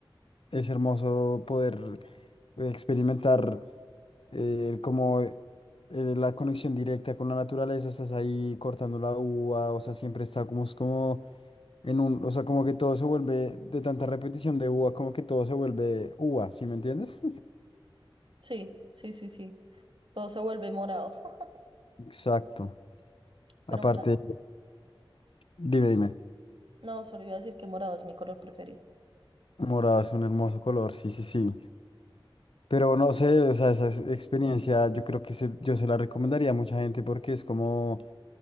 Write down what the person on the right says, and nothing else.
Sí, sí, sí, sí. Todo se vuelve morado, <laughs>
pero
morado.
No, solo iba a decir que morado es mi color preferido.